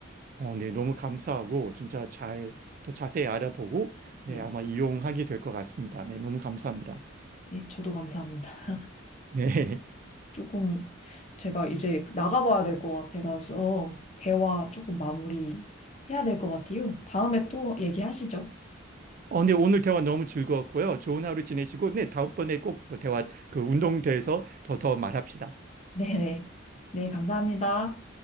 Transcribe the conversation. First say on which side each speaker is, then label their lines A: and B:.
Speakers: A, on the right; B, on the left.
A: 어, 네. 너무 감사하고 진짜 잘 더 자세히 알아보고 네.
B: 네, 네.
A: 아마 이용하게 될 것 같습니다. 네. 너무 감사합니다.
B: 네, 저도 감사합니다.
A: 네.
B: 조금 제가 이제 나가봐야 될 것 같아서 대화 조금 마무리 해야 될 것 같아요. 다음에 또 얘기하시죠.
A: 어, 네, 오늘 대화 너무 즐거웠고요. 좋은 하루 지내시고, 네, 다음번에 꼭 대화, 그 운동대에서 더, 더 말합시다.
B: 네네. 네, 네, 감사합니다.